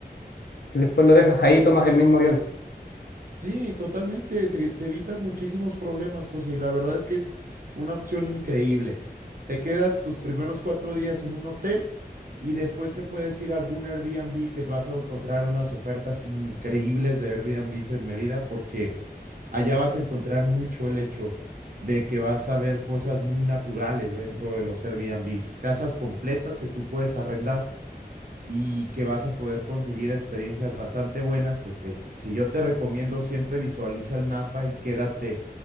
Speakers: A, on the left; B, on the right.
A: y después lo dejas ahí y tomas el mismo avión.
B: sí, totalmente. Te, te evitas muchísimos problemas, José, y la verdad es que es una opción increíble. Te quedas tus primeros cuatro días en un hotel Y después te puedes ir a algún Airbnb que vas a encontrar unas ofertas increíbles de Airbnb en Mérida, porque allá vas a encontrar mucho el hecho de que vas a ver cosas muy naturales dentro de los Airbnbs, casas completas que tú puedes arrendar y que vas a poder conseguir experiencias bastante buenas, que se, si yo te recomiendo, siempre visualiza el mapa y quédate